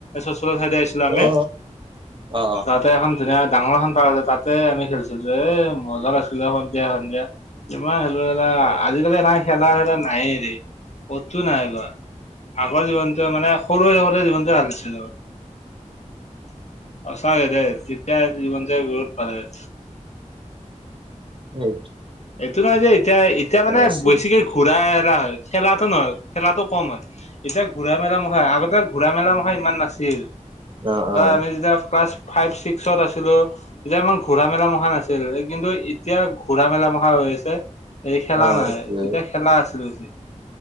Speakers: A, on the left; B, on the right.
A: চচলৰ াইড আহিছিলো আমি
B: অ অ
A: তাতে এখন ধুনীয়া ডাঙৰ এ খখন পাৰ্ আছে তাতে আমি খেলিছিলো এ মজা লাগিছিলে সন্ধিয়া সন্ধিয়া যিমান লা
B: অ
A: আজিকালি নাই খেলা ধূলা নাই দে কটো নাই কোৱা, আগৰ জীৱনটোৱে মানে সৰুৱ শহতে জীৱনটোৱে ভাল আছিল সঁচাকে দেই যেতিয়া যি মন যায়, বহুত ভালেই
B: উম
A: এইটো নহয় যে এতিয়া এতিয়া মানে
B: আছিল
A: বেছিকে ঘূৰা খেলা হয় খেলাটো নহয় খেলাো কম হয় এতিয়া ঘূৰা মেলা মুখা আগতে ঘূৰা মেলা মুখা ইমান নাছিল,
B: অ অ
A: আমি যেতিয়া ক্লাছ ফাইভ ছিক্সত আছিলো এতিয়া ইমান ঘোৰা মেলা মখা নাছিল কিন্তু এতিয়া ঘোৰা মেলা মখা, পৰ হৈ আছে হেৰি খেলা
B: অ
A: নাই
B: সেইটোৱে
A: তেতিয়া খেলা আছিলো যে।